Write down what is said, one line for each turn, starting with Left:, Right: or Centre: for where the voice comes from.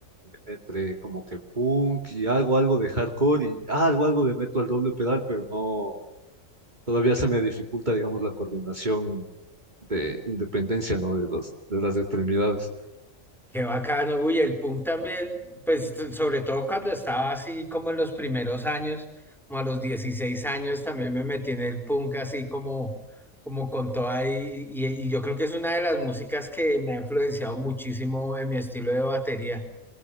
Right: entre como que punk y algo, algo de hardcore y algo, algo le meto al doble pedal, pero no, todavía se me dificulta, digamos, la coordinación de independencia, ¿no? De las, de las extremidades.
Centre: Qué bacano. Uy, el punk también, pues t- sobre todo cuando estaba así como en los primeros años, como a los 16 años también me metí en el punk así como, como con toda y, y, y yo creo que es una de las músicas que me ha influenciado muchísimo en mi estilo de batería.